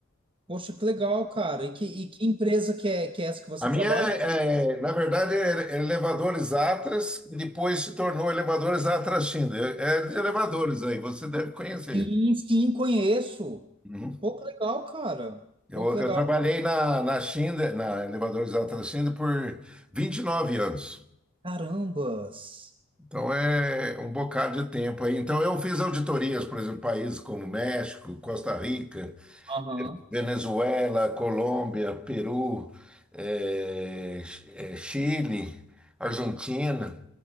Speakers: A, on the right; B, in the centre.
A: Poxa, que legal, cara. E que, e que empresa que é, que é essa que você
B: A minha,
A: trabalha?
B: é, é, na verdade, é elevadores Atlas, e depois se tornou elevadores Atlas China. É de elevadores aí, você deve conhecer.
A: Sim, sim, conheço.
B: Uhum.
A: Pô, que legal, cara.
B: Eu,
A: Pô, que legal.
B: eu trabalhei na, na China, na elevadores Atlas China, por 29 anos.
A: Carambas.
B: Então é um bocado de tempo aí. Então eu fiz auditorias, por exemplo, países como México, Costa Rica,
A: Aham.
B: Venezuela, Colômbia, Peru, é, é, Chile, Argentina.